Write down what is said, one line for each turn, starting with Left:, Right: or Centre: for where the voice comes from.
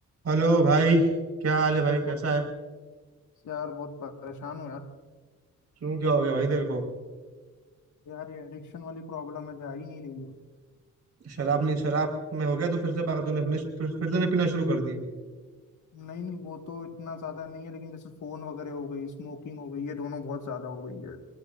Right: Hello भाई क्या हाल है भाई कैसा
Left: अब
Right: है
Left: यार बहुत परेशान हूँ यार
Right: क्यों क्या हो गया भाई तेरे को
Left: यार ये एडिक्शन वाली प्रॉब्लम है जा ही नहीं रही है
Right: शराब नहीं शराब में हो गया तो फिर से पागल तूने फिर, फिर फिर तूने पीना शुरू कर दिया
Left: नहीं नहीं वो तो इतना ज्यादा नहीं है लेकिन जैसे फोन वगैरह हो गई स्मोकिंग हो गई ये दोनों बहुत ज्यादा हो गई है